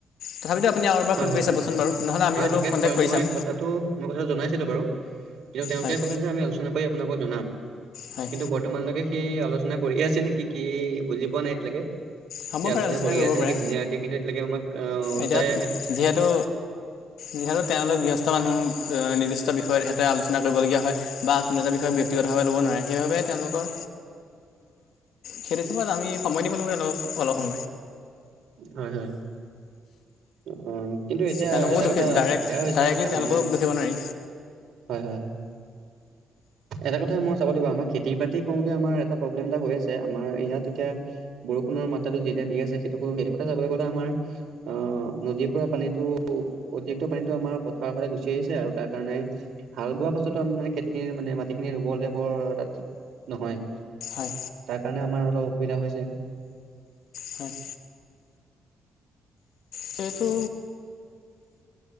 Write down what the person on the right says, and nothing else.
হয়
হয়
হয়
ঠিকে আছে
বাৰু
মই
কথাটো মই কথাটো জনাইছিলো বাৰু কিন্তু তেওঁলোকে
ক'লে যে আমি আলোচনা কৰি আপোনালোকক জনাম।
কিন্তু বৰ্তমানলৈকে সেই আলোচনা কৰিয়ে আছে নেকি কি বুজি পোৱা নাই এতিায়ালৈকে।
আলোচনা
কৰিয়ে
আছে নেকি
দিনে ৰাতি কিন্তু এতিয়কে আমাক উল্টাই
হয় হয়। অ' কিন্তু এতিয়া
এটা
কথা
বেয়া হৈছে
আমাৰ,
হয় হয় হয়। এটা কথা মই চাব দে আমাৰ খেতি বাতি কৰোতে আমাৰ এটা প্ৰব্লেম এটা হৈ আছে। আমাৰ ইয়াত এতিয়া বৰষুণৰ মাত্ৰাতটো যেতিয়া দি আছে সেইটো সেইটো কথা চাবলৈ গ'লে আমাৰ অ নদীৰ পৰা পানীতটো অতিৰিক্ত পানীতো আমাৰ পথাৰৰ ফালে গুচি আহিছে আৰু তাৰ কাৰণে হাল বোৱাৰ পাছতো আমি মানে খেতি মানে মাটিখিনি ৰুবলে বৰ ঠিক নহয়।
তাৰ কাৰণে আমাৰ অলপ অসুবিধা হৈছে।